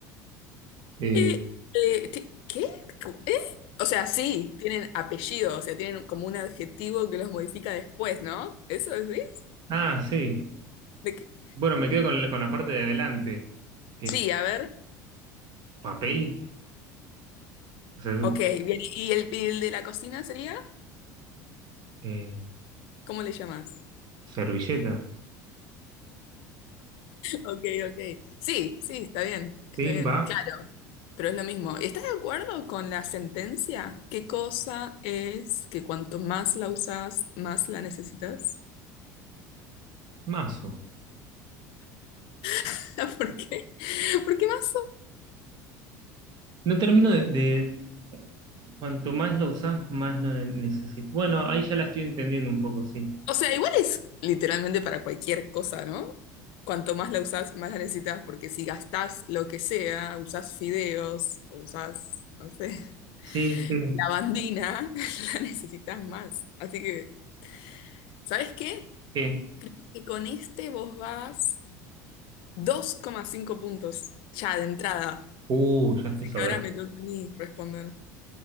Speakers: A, on the right; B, on the left.
A: Eh,
B: Eh, eh, ti- ¿Qué? ¿Cómo? ¿Eh? O sea, sí, tienen apellido, o sea, tienen como un adjetivo que los modifica después, ¿no? ¿Eso decís?
A: ah, sí.
B: ¿De qué?
A: Bueno, me quedo con la, con la parte de adelante. Eh,
B: Sí, a ver.
A: papel, o sea,
B: Ok, bien. ¿Y el, y el de la cocina sería?
A: eh,
B: ¿Cómo le llamás?
A: servilleta.
B: Ok, ok. Sí, sí, está bien, está
A: Sí,
B: bien,
A: va,
B: claro, pero es lo mismo. ¿Estás de acuerdo con la sentencia? ¿Qué cosa es que cuanto más la usas, más la necesitas?
A: mazo.
B: <laughs> ¿Por qué? ¿Por qué más
A: No termino de, de- Cuanto más lo usás, más lo necesito. Bueno, ahí ya la estoy entendiendo un poco, sí.
B: O sea, igual es literalmente para cualquier cosa, ¿no? Cuanto más la usas, más la necesitas, porque si gastás lo que sea, usás fideos o usás, no sé, <laughs>
A: Sí, sí.
B: lavandina, <laughs> la necesitas más. Así que, ¿sabes qué?
A: ¿Qué?
B: Y con este vos vas dos coma cinco puntos ya de entrada.
A: Uh, ya
B: Así
A: estoy sobrado.
B: que ahora me toca a mí responder.